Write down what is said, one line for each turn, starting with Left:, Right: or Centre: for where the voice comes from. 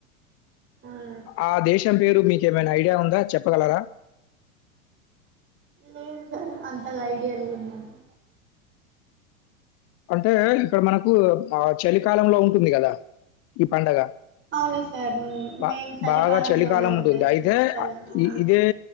Right: అవునా సార్
Left: ఆ దేశం పేరు మీకేమైనా ఐడియా ఉందా చెప్పగలరా
Right: లేదు సార్ అంతగా ఐడియా లేదు నాకు
Left: అంటే ఇక్కడ మనకు ఆ చలికాలంలో ఉంటుంది కదా ఈ పండగ
Right: అవును సార్
Left: బా
Right: మేము చలికాలంలోనే
Left: బాగా చలికాలం
Right: ఉంటాయి
Left: ఉంటుంది అయితే
Right: ఫుల్ చలి అవును
Left: ఇదే
Right: సార్